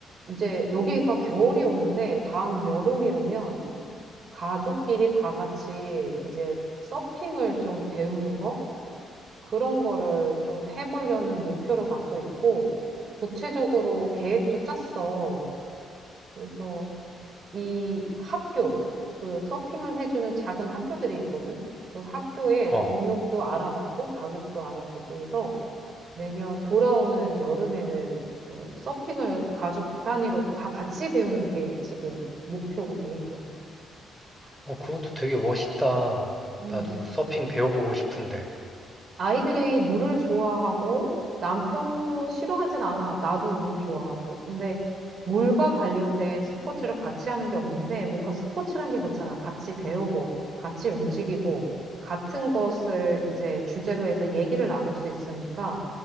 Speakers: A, on the right; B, in the centre.
A: 이제 여기가 겨울이 오는데 다음 여름이 오면 가족끼리 다 같이 이제 서핑을 좀 배우는 거? 그런 거를 좀 해보려는 목표를 갖고 있고 구체적으로 계획도 짰어. 그래서 이 학교, 그 서핑을 해주는 작은 학교들이 있거든. 그 학교에
B: 어,
A: 등록도 알아봤고 가격도 알아보고 해서 내년 돌아오는 여름에는 그 서핑을 가족 단위로 다 같이 배우는 게 지금 목표고 계획이야.
B: 어, 그것도 되게 멋있다.
A: 음.
B: 나도 서핑 배워보고 싶은데.
A: 아이들이 물을 좋아하고 남편도 싫어하진 않아. 나도 물 좋아하고. 근데 물과 관련된 스포츠를 같이 하는 게 없는데 뭔가 스포츠란 게 그렇잖아. 같이 배우고, 같이 움직이고, 같은 것을 이제 주제로 해서 얘기를 나눌 수 있으니까